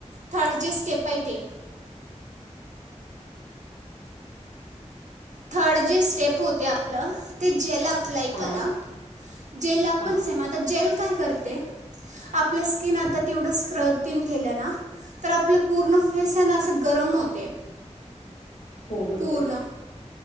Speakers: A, on the right (about 75°); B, on the left (about 80°).
A: थर्ड जे स्टेप आहे ते थर्ड जे स्टेप होते आपलं ते ज्याला अप्लाय
B: हां,
A: करा जेलला
B: हां.
A: आता जेल काय करते आपल्या स्कि स्किन आता तेवढं स्क्रब तेन केलं ना तर आपलं पूर्ण फेस आहे ना असं गरम होते
B: हो बरोबर
A: पूर्ण